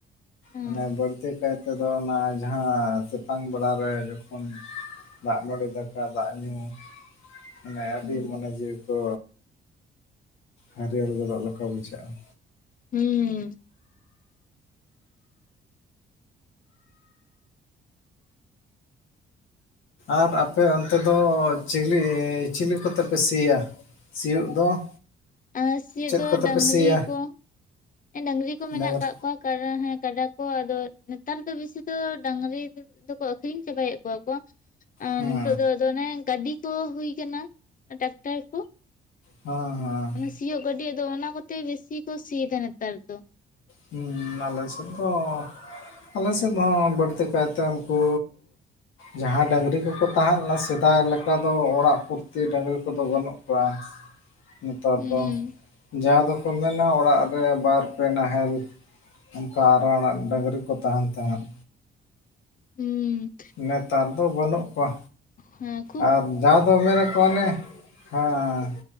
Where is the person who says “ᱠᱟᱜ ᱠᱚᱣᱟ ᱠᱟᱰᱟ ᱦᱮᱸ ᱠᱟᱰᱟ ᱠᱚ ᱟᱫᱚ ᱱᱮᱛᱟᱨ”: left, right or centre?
Left